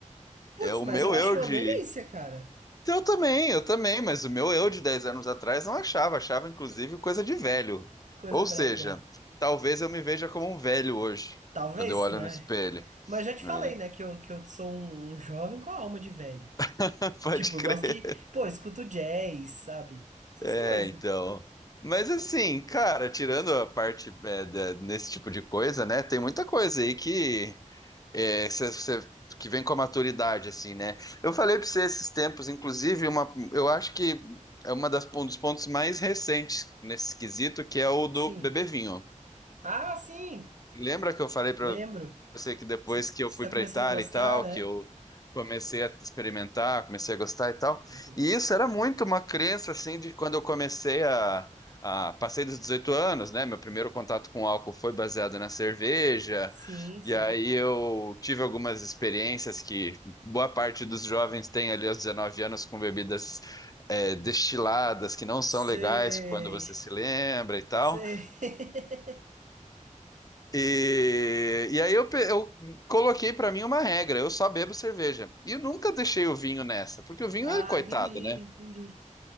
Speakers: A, on the right; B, on the left.
A: Putz,
B: É o
A: mas
B: meu
A: eu acho
B: eu
A: uma
B: de
A: delícia, cara.
B: Eu também, eu também, mas o meu eu de 10 anos atrás não achava, achava inclusive coisa de velho.
A: Coisa
B: Ou
A: brega.
B: seja, talvez eu me veja como um velho hoje,
A: Talvez,
B: quando eu olho
A: né?
B: no espelho.
A: Mas já te falei,
B: É.
A: né, que eu, que eu sou um, um jovem com a alma de velho.
B: <laughs> Pode
A: Tipo,
B: crer.
A: eu gosto de. Pô, eu escuto jazz, sabe? Essas
B: É,
A: coisas.
B: então. Mas assim, cara, tirando a parte é, da- nesse tipo de coisa, né? Tem muita coisa aí que É, que você- você- que vem com a maturidade, assim, né? Eu falei pra você esses tempos, inclusive, uma, eu acho que é uma das, um dos pontos mais recentes nesse quesito, que é o do
A: Sim.
B: beber vinho
A: Ah, sim!
B: Lembra que eu falei pra
A: Lembro.
B: eu sei que depois
A: Você
B: que
A: você
B: eu fui
A: tá
B: para
A: começando
B: Itália
A: a gostar,
B: e tal,
A: né?
B: que eu comecei a experimentar, comecei a gostar e tal.
A: Uhum.
B: E isso era muito uma crença assim de quando eu comecei a, a passei dos 18 anos, né? Meu primeiro contato com álcool foi baseado na cerveja.
A: Sim, sim.
B: E aí eu tive algumas experiências que boa parte dos jovens tem ali aos 19 anos com bebidas eh, destiladas que não são
A: Sei.
B: legais quando você se lembra e tal.
A: Sei. <laughs>
B: E, e aí eu, pe- eu coloquei pra mim uma regra, eu só bebo cerveja. E eu nunca deixei o vinho nessa, porque o vinho
A: Ah,
B: é coitado,
A: entendi,
B: né?
A: entendi.